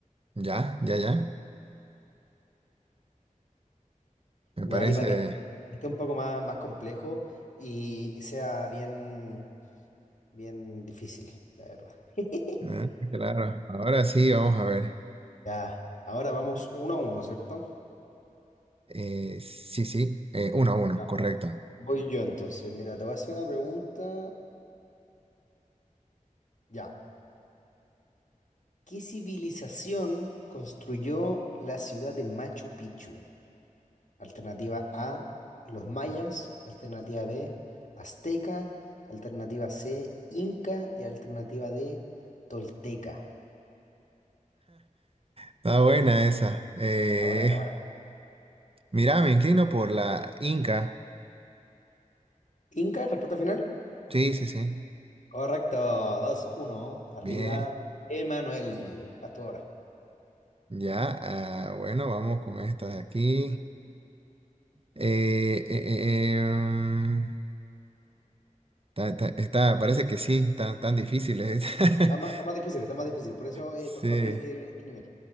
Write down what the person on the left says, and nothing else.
ya
ahí para que esté un poco más, más complejo y, y sea bien, bien difícil, la verdad. <laughs>
Ya, ahora vamos uno a uno, ¿cierto?
Ya.
Voy yo entonces. Mira, te voy a hacer una pregunta. Ya. ¿Qué civilización construyó la ciudad de Machu Picchu? Alternativa A, los mayas. Alternativa B, azteca. Alternativa C, inca. Y alternativa D, tolteca.
La buena, la buena.
Inca, respuesta final.
Correcto, Dos, uno, Arriba,
Emanuel. Vas tú ahora.
Está más, está más difícil, está más difícil. Por eso es
mejor eh, este nivel.